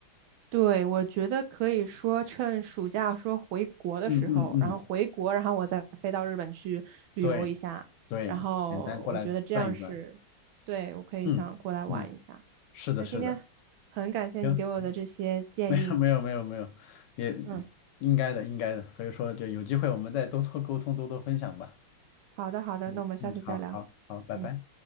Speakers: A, on the right (about 85°); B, on the left (about 70°).
A: 对，我觉得可以说趁暑假说回国的时候，
B: 嗯嗯嗯，
A: 然后回国，然后我再飞到日本去旅游一下，
B: 对对，
A: 然后我觉得这样是，
B: 简单过来转一转。
A: 对，我可以想过来玩一下。
B: 嗯嗯，是的，
A: 那今天
B: 是的，
A: 很感谢你给我的这些建议，
B: 行，没有没有没有没有，也
A: 嗯，
B: 应该的应该的，所以说就有机会我们再多多沟通，多多分享吧。
A: 好的好的，
B: 嗯嗯，
A: 那我们下次再聊，
B: 好好好，拜拜。
A: 嗯。